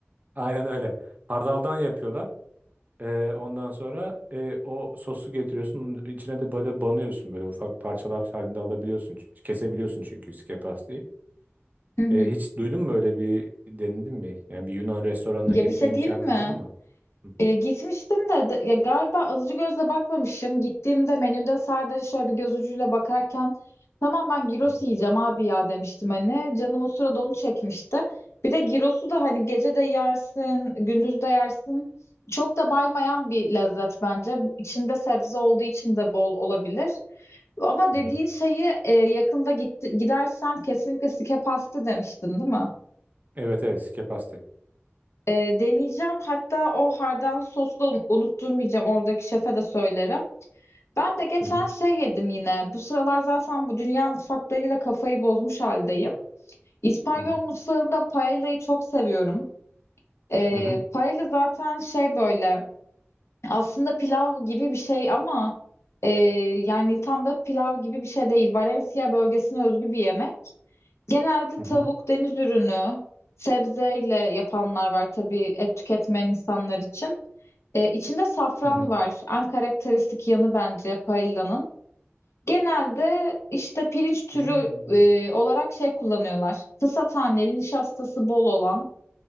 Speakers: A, on the right; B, on the left.
A: Aynen öyle. Hardaldan yapıyorlar. Ee, ondan sonra e, o sosu getiriyorsun. Onun içine de böyle banıyorsun. Böyle ufak parçalar halinde alabiliyorsun. Ç- Kesebiliyorsun çünkü iskepastayı.
B: Hı hı.
A: Ee, hiç duydun mu böyle bir denedin mi? Yani bir Yunan restoranına
B: Ya
A: gitme
B: bir şey
A: imkanın
B: diyeyim mi?
A: oldu mu? Hı
B: E, gitmiştim de, de- ya galiba alıcı gözle bakmamışım. Gittiğimde menüde sadece şöyle bir göz ucuyla bakarken tamam ben gyros
A: hı
B: yiyeceğim abi ya demiştim hani. Canım o sırada onu çekmişti. Bir de gyrosu da hani gece de yersin, gündüz de yersin. Çok da baymayan bir lezzet bence. İçinde sebze olduğu için de bol olabilir. Ama
A: hı.
B: dediğin
A: hı.
B: şeyi e, yakında gitti, gidersem kesinlikle sike pasta demiştin, değil mi?
A: Evet evet iskepastı.
B: E, deneyeceğim. Hatta o hardallı sosu da un- unutturmayacağım. Oradaki şefe de söylerim. Ben de geçen
A: Hı hı
B: şey yedim yine. Bu sıralar zaten bu dünya mutfaklarıyla kafayı bozmuş haldeyim. İspanyol
A: hı
B: mutfağında paella'yı çok seviyorum. E,
A: hı hı
B: paella zaten şey böyle aslında pilav gibi bir şey ama e, yani tam da pilav gibi bir şey değil. Valencia bölgesine özgü bir yemek. Genelde
A: hı
B: tavuk,
A: hı
B: deniz ürünü, sebzeyle yapanlar var tabii et tüketmeyen insanlar için. Ee, içinde safran
A: hı hı.
B: var. En karakteristik yanı bence paellanın. Genelde işte pirinç türü
A: Hmm.
B: e, olarak şey kullanıyorlar. Kısa taneli, nişastası bol olan.